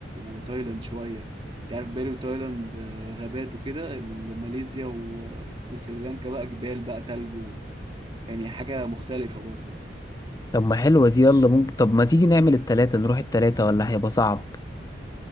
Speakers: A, on the right; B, on the left.
A: وتايلاند شوية انت عارف بالي وتايلاند آه، غابات وكده ال- ماليزيا و... وسريلانكا بقى جبال بقى تلج و... يعني حاجة مختلفة برضو
B: طب ما حلوة دي يلا ممكن طب ما تيجي نعمل التلاتة نروح التلاتة ولا هيبقى صعب